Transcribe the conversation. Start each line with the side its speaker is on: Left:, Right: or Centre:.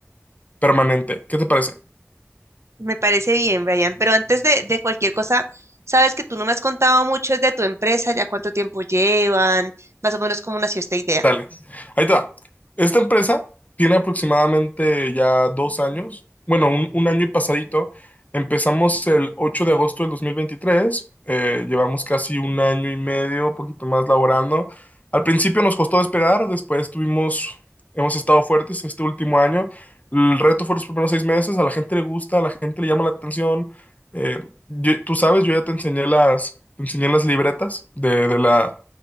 Left: permanente. ¿Qué te parece?
Right: Me parece bien, Brian. Pero antes de, de cualquier cosa, sabes que tú no me has contado mucho es de tu empresa, ya cuánto tiempo llevan, más o menos cómo nació esta idea.
Left: Dale, ahí te va. Esta empresa tiene aproximadamente ya dos años, bueno, un, un año y pasadito. Empezamos el 8 de agosto del 2023, eh, llevamos casi un año y medio, un poquito más laborando. Al principio nos costó despegar, después tuvimos, hemos estado fuertes este último año. El reto fue los primeros seis meses, a la gente le gusta, a la gente le llama la atención. Eh, yo- tú sabes, yo ya te enseñé las, te enseñé las libretas de de la